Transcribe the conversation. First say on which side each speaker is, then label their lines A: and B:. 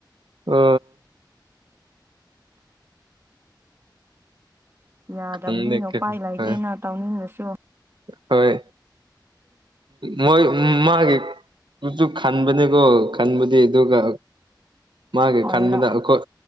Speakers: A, on the right; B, on the right.
A: ꯑ
B: ꯌꯥꯗꯕꯅꯤꯅ
A: ꯈꯪꯗꯦ ꯀꯔꯤ
B: ꯎꯄꯥꯏ ꯂꯩꯇꯦꯅ
A: ꯍꯣꯏ
B: ꯇꯧꯅꯤꯡꯉꯁꯨ
A: ꯍꯣꯏ ꯃ ꯃꯥꯒꯦ ꯈꯟꯕꯅꯦꯀꯣ ꯈꯟꯕꯨꯗꯤ ꯑꯗꯨꯒ ꯃꯥꯒꯤ
B: ꯑꯣꯏꯔꯝꯃ
A: ꯈꯟꯕꯗ ꯑꯩꯈꯣꯏ